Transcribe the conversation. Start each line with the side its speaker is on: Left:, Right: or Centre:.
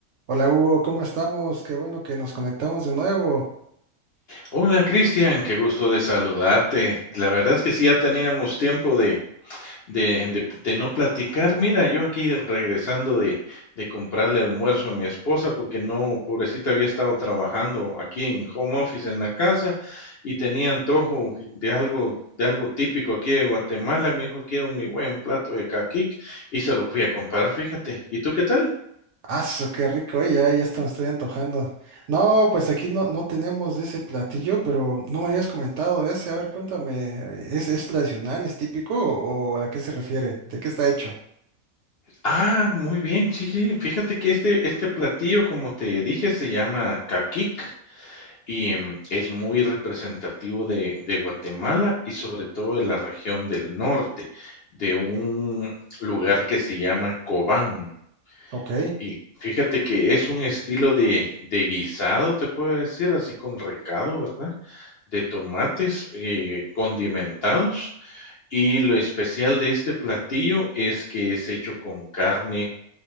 Right: Hola Hugo, ¿cómo estamos? Qué bueno que nos conectamos de nuevo.
Left: Hola Cristian, qué gusto de saludarte. La verdad es que sí, ya teníamos tiempo de, de, de- de no platicar. Mira, yo aquí regresando de, de comprarle almuerzo a mi esposa porque no, pobrecita, había estado trabajando aquí en home office en la casa y tenía antojo de algo, de algo típico aquí de Guatemala. Me dijo, quiero mi buen plato de caquic y se lo fui a comprar, fíjate. ¿Y tú qué tal?
Right: ¡Aso, qué rico, eh! Ya, ya hasta me estoy antojando. No, pues aquí no, no tenemos de ese platillo, pero no me habías comentado de ese. A ver, cuéntame, ¿es, es tradicional, es típico o, o a qué se refiere? ¿De qué está hecho?
Left: Ah, muy bien, sí, sí, fíjate que este, este platillo, como te dije, se llama caquic. Y mm, es muy representativo de, de Guatemala y sobre todo de la región del norte, de un lugar que se llama Cobán.
Right: Ok.
Left: Y fíjate que es un estilo de, de guisado, te puedo decir, así con recado, ¿verdad? De tomates eh, condimentados. Y lo especial de este platillo es que es hecho con carne